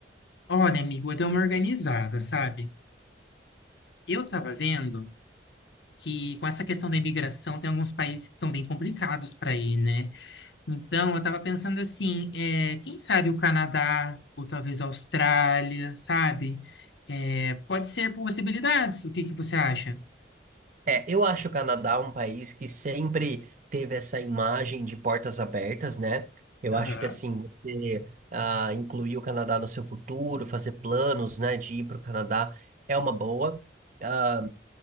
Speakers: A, on the left; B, on the right.
A: Olha, amigo, eu dei uma organizada, sabe? Eu estava vendo que com essa questão da imigração tem alguns países que estão bem complicados para ir, né? Então, eu estava pensando assim, é, quem sabe o Canadá, ou talvez a Austrália, sabe? É, pode ser possibilidades. O que que você acha?
B: É, eu acho o Canadá um país que sempre teve essa imagem de portas abertas, né? Eu acho
A: Aham.
B: que assim, você ah, incluir o Canadá no seu futuro, fazer planos, né, de ir para o Canadá é uma boa. Ah,